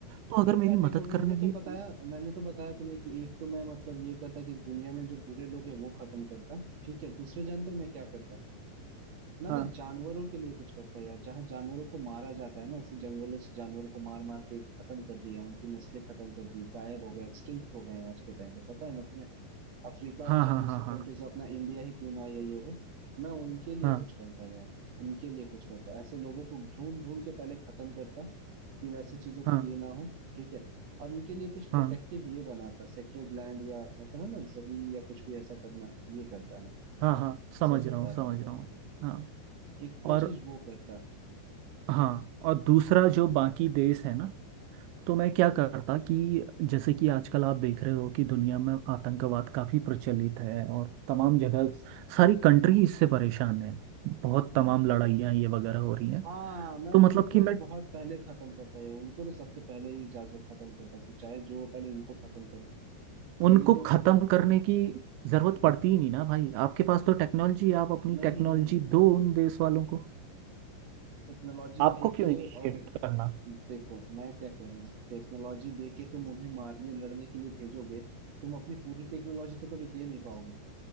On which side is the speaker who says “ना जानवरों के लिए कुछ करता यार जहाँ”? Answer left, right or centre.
Right